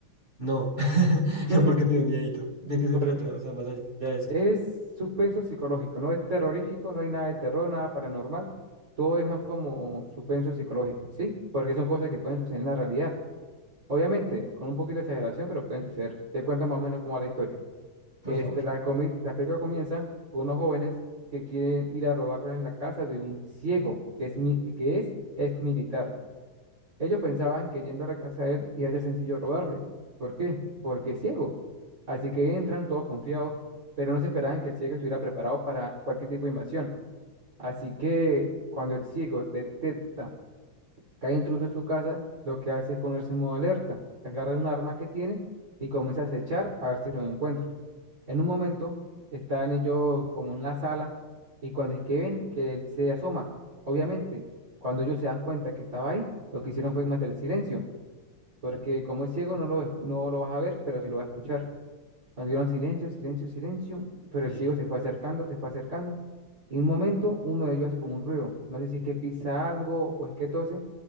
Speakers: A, on the right; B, on the right.
A: No, <laughs>
B: <laughs>
A: no, porque me dio miedito. ¿De qué se
B: Porque
A: trata? O sea, más allá de eso.
B: es suspenso psicológico. No es terrorífico, no hay nada de terror, nada paranormal. Todo es más como suspenso psicológico, ¿sí? Porque son cosas que pueden suceder en la realidad. Obviamente, con un poquito de exageración, pero pueden suceder. Te cuento más o menos cómo va la historia.
A: Por
B: Este,
A: favor.
B: la, comi- la película comienza con unos jóvenes que quieren ir a robarle en la casa de un ciego que es, mi- que es ex militar. Ellos pensaban que yendo a la casa de él iba a ser sencillo robarle. ¿Por qué? Porque es ciego. Así que entran todos confiados, pero no se esperaban que el ciego estuviera preparado para cualquier tipo de invasión. Así que cuando el ciego detecta que hay intruso en su casa, lo que hace es ponerse en modo alerta, agarra un arma que tiene y comienza a acechar a ver si lo encuentra. En un momento están ellos como en una sala y cuando es que ven que él se asoma, obviamente, cuando ellos se dan cuenta que estaba ahí, lo que hicieron fue matar el silencio, porque como es ciego no lo, esc- no lo vas a ver, pero sí lo vas a escuchar. Cuando dieron silencio, silencio, silencio, pero el
A: Sí,
B: ciego se fue acercando, se fue acercando. Y en un momento uno de ellos hace como un ruido, no sé si es que pisa algo o es que tose,